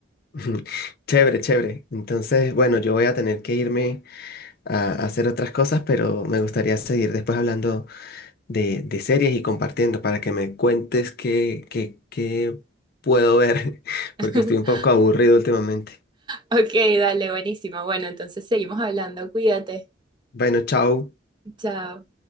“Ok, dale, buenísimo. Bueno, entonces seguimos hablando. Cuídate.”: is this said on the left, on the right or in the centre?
Right